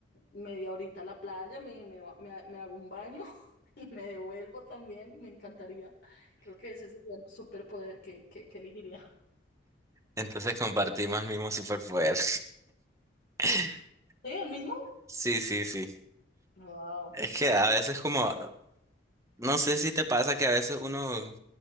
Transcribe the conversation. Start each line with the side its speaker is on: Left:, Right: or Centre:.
Left: media horita a la playa, me, me, ba- me ha- me hago un baño <laughs> y me devuelvo también. Me encantaría. Creo que ese sería el superpoder que, que, que elegiría.
Right: Entonces compartimos el mismo superpoder. <laughs>
Left: ¿Sí? ¿El mismo?
Right: Sí, sí, sí.
Left: Wow.
Right: Es que a veces como, no sé si te pasa que a veces uno